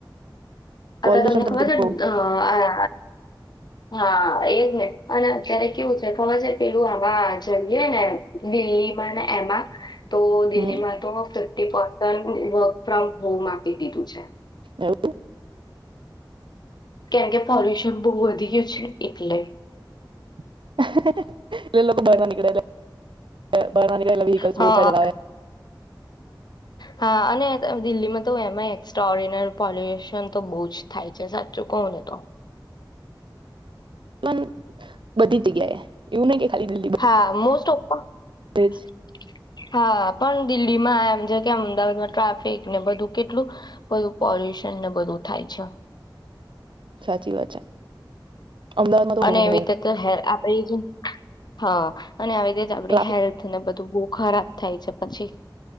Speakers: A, on the right (about 80°); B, on the left (about 60°).
A: પોલ્યુશન
B: અત્યાં તમને
A: તો
B: ખબર
A: બઉ
B: છે અ અરે હા એજ ને અને અત્યારે કેવું છે ખબર જે પેલું આવા જઈએ ને દિલ્હીમાં ને એમાં તો દિલ્હીમાં
A: હમ
B: તો વ પર્સન વર્ક ફ્રોમ હોમ આપી દીધું છે.
A: એવું?
B: કેમ કે પોલ્યુશન બહુ વધી ગયું છે એટલે.
A: <unintelligible> <unintelligible>
B: હા હા અને દિલ્હીમાં તો એમાં એક્સ્ટોઓર્ડિનલ પોલ્યુશન તો બહુ જ થાય છે, સા ચુ કહોને તો.
A: પન બધી જગ્યા એ. એવું નહીં કે ખાલી દિલ્હી
B: હા. મોસ્ટ ઓફ
A: બધે
B: <unintelligible>
A: જ
B: હા. પણ દિલ્હીમાં આમ જે કે અમદાવાદમાં ટ્રાફિક ને બધું કેટલું બધું પોલ્યુશનને બધું થાય છે.
A: સાચી વાત છે. અમદાવાદમાં તો
B: અને એવી
A: હો
B: રીતે તો <unintelligible> <unintelligible> હા. અને આવી રીતે આપડી
A: ટ્રાફિક
B: હેલ્થ ને બધું બોવ ખરાબ થાય છે પછી.